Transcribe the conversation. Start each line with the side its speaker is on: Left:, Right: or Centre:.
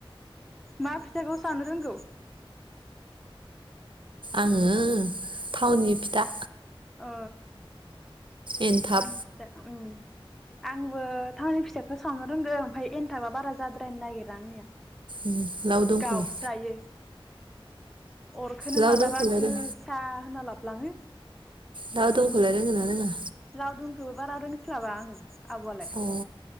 Centre: मा फिथाखौ सावनो रोंगौ
Right: आङो थावनि फिथा
Centre: अ
Right: एन्थाब
Centre: टावनि फिथा ओं आंबो थावनि फिसाखौ सावनो रोंगो ओमफाय एनथाबा बारा जाद्रायनो नागिरा आंनिया
Right: उम लावदुमखौलाय
Centre: गावस्रायो अरखोनो
Right: लावदुमखौलाय
Centre: मालाबा गोसा
Right: रों
Centre: होना लाब लाङो।
Right: लावदंखौलाय रोंगोन ना रोङा।
Centre: लावदुमखौबो बारा रोंस्लाबा आङो। आब'आलाय
Right: अ